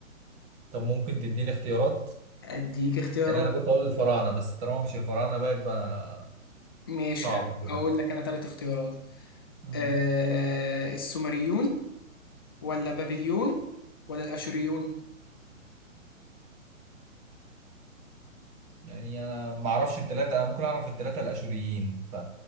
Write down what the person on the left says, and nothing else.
أديك اختيارات
ماشي
أقول لك أنا ثلاث اختيارات
أه السومريون ولا بابليون ولا الأشوريون